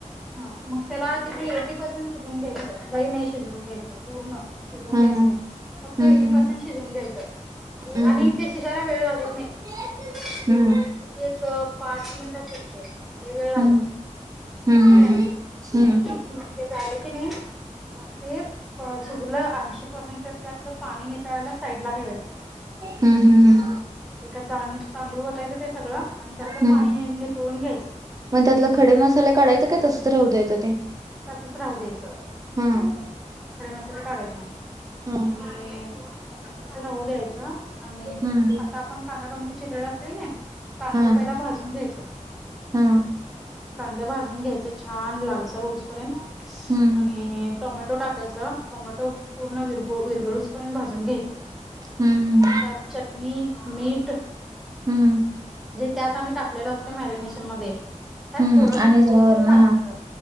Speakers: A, in the centre; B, on the right.
A: हा मग त्याला किती एटी पर्सेंट शिजवून घ्यायचं लई नाही शिजवून घ्यायचं पूर्ण शिजवून
B: हा
A: घ्यायचं
B: हा
A: नाही फक्त
B: हम्म
A: एटी
B: हम्म
A: परसेंट शिजून घ्यायच
B: हम्म
A: आणि ते शिजायला वेळ लागत
B: हम्म.
A: नाही. किती एक पा पाच मिनटात शिजतंय लई वेळ
B: हम्म हम्म
A: काय
B: हम्म हम्म
A: मग ते झाल कणी मग ते प शिजूल ऐंशी परसेंट त्यातलं पाणी नितळायला साईड ला ठेवायच.
B: हम्म हम्म हम्म.
A: एका चाळणीत तांदूळ वतायचं ते सगळं आणि त्यातलं
B: हम्म
A: पाणी नितळून घ्यायचं
B: मग त्यातलं खडे मसाले काढायचं काय तसंच राहू द्यायचं ते
A: तसच राहू द्यायचं
B: हा.
A: खडे मसाले काढायच नाही.
B: हम्म.
A: आणि तस राहू द्यायचं आणि
B: हम्म
A: आता आपण कांदा टोमॅटो चिरलेला असतोय कणी कांद
B: हा
A: पहिला भाजून घ्यायच <unintelligible>
B: हा
A: कांदा भाजून घ्यायच छान लालसर होवूस पर्यंत
B: हम्म
A: आणि टोमॅटो टाकायच टोमॅटो पूर्ण विर हो विर ळूस पर्यंत भाजून घ्यायच
B: हम्म
A: त्यात चटणी मीट
B: हम्म हम्म.
A: त्यात आम्ही टाकलेल असतोय मॅरिनेशन मध्ये ह्यात
B: हम्म
A: थोडं
B: आणि
A: थोडं
B: जरा
A: थोडं
B: वरण
A: टाकायचं
B: हा